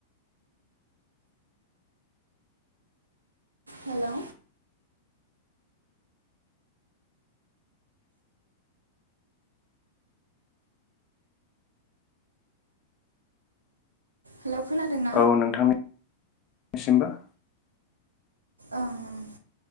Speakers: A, on the right; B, on the left.
A: हेलौ हेलौ खोनादों।
B: औ नोंथांनि सिमबो। ‌
A: ओं ओं।